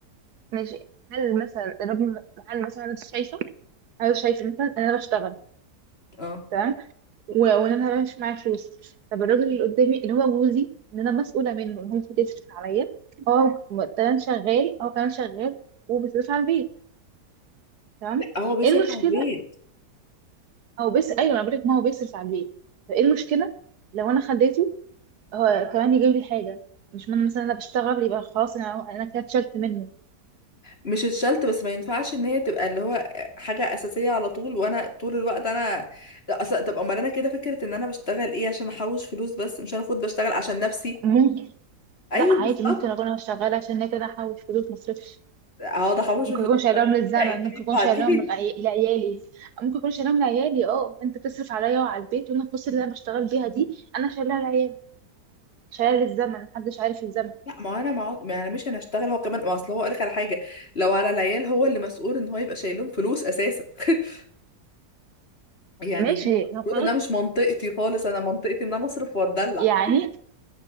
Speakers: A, on the right; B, on the left.
A: ماشي هل مثلا الراجل هل مثلا انت شايفه انا شايفه مثلا ان انا بشتغل
B: اه
A: تمام و- وان انا مش معايا فلوس طب الراجل اللي قدامي اللي هو جوزي ان انا مسؤوله منه إن هو المفروض يصرف عليا هو م- كمان شغال هو كمان شغال وبيصرف على البيت تمام
B: لا هو بيصرف
A: ايه المشكله
B: على البيت
A: او بس ايوه انا بقول لك ما هو بيصرف على البيت فايه المشكله لو انا خديته هو كمان يجيب لي حاجه مش من مثلا انا بشتغل يبقى خلاص انا انا كده اتشلت منه
B: مش اتشلت بس ما ينفعش ان هي تبقى اللي هو حاجه اساسيه على طول وانا طول الوقت انا لا، أصل طب امال انا كده فكره ان انا بشتغل ايه عشان احوش فلوس بس مش انا المفروض بشتغل عشان نفسي
A: ممكن
B: ايوه
A: لا عادي
B: بالظبط
A: ممكن اكون انا شغاله عشان هي كده احوش فلوس مصرفش
B: هقعد احوش
A: ممكن
B: في
A: يكون
B: الفطار
A: شايلهم للزمن
B: ايه
A: ممكن
B: طيب
A: يكون
B: بعدين
A: شايلهم لعي- لعيالي ممكن يكون شايلهم لعيالي اه انت بتصرف عليا وعلى البيت وانا الفلوس اللي انا بشتغل بيها دي انا شايلها لعيالي شايلها للزمن محدش عارف الزمن
B: لا ما انا ما, ما انا مش هنشتغل هو كمان ما اصل هو اقول لك على حاجه لو على العيال هو اللي مسؤول ان هو يبقى شايلهم فلوس اساسا <laughs> يعني
A: ماشي
B: دي المفروض
A: لو خلاص
B: انها مش منطقتي خالص انا منطقتي ان انا اصرف واتدلع
A: يعني